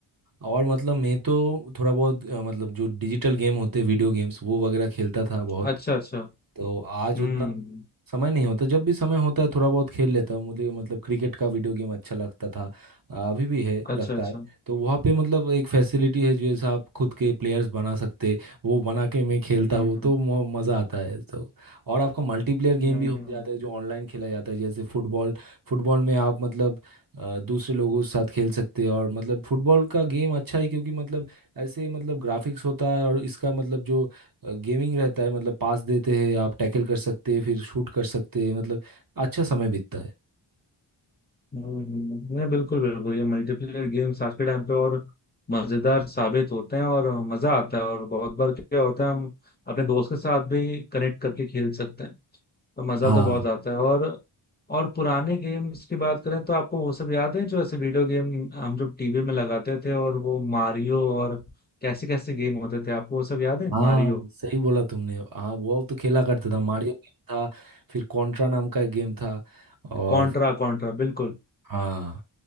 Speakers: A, on the right; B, on the left.
A: और मतलब मैं तो थोड़ा बहुत अ, मतलब जो डिजिटल गेम होते हैं वीडियो गेम्स वो वगैरह खेलता था बहुत
B: अच्छा अच्छा
A: तो आज
B: हम्म
A: उतना समय नहीं होता जब भी समय होता है थोड़ा बहुत खेल लेता हूँ मुझे मतलब क्रिकेट का वीडियो गेम अच्छा लगता था आ, अभी भी है
B: अच्छा
A: लगता
B: अच्छा
A: है तो वहाँ पे मतलब एक फैसिलिटी है जैसे आप खुद के प्लेयर्स बना सकते वो बना के मैं खेलता
B: हम्म
A: हूँ तो म- मज़ा आता है तो और आपका मल्टीप्लेयर गेम
B: हम्म
A: भी हो
B: हम्म
A: जाता है जो ऑनलाइन खेला जाता है जैसे फुटबॉल फुटबॉल में आप मतलब अ, दूसरे लोगों के साथ खेल सकते हैं और मतलब फुटबॉल का गेम अच्छा है क्योंकि मतलब ऐसे मतलब ग्राफिक्स होता है और इसका मतलब जो गेमिंग रहता है मतलब पास देते हैं आप टैकल कर सकते हैं फिर शूट कर सकते हैं मतलब अच्छा समय बीतता है
B: हम्म, नहीं बिल्कुल बिल्कुल ये मल्टीप्लेयर गेम्स आज के टाइम पे और मजेदार साबित होते हैं और मजा आता है और बहुत बार क्या होता है हम अपने दोस्त के साथ भी कनेक्ट करके खेल सकते हैं तो मजा
A: हाँ
B: तो बहुत आता है और और पुराने गेम्स की बात करें तो आपको वो सब याद है जो ऐसे वीडियो गेम हम जो टीवी में लगाते थे और वो मारियो और कैसे कैसे गेम होते थे आपको वो सब याद है
A: हाँ
B: मारियो
A: सही बोला तुमने हाँ वो तो खेला करता था मारियो गेम था फिर कॉन्ट्रा नाम का एक गेम था और
B: कॉन्ट्रा कॉन्ट्रा बिल्कुल
A: हाँ